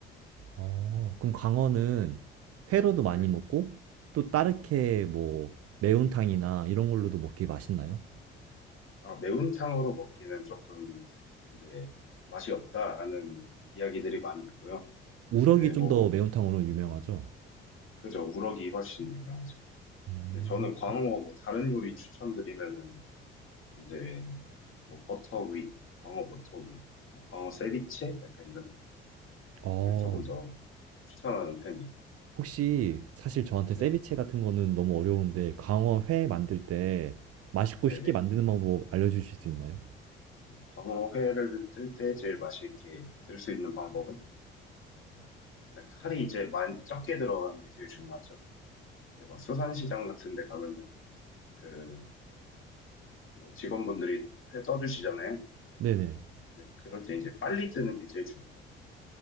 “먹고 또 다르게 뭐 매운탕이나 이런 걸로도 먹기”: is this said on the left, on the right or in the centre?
Right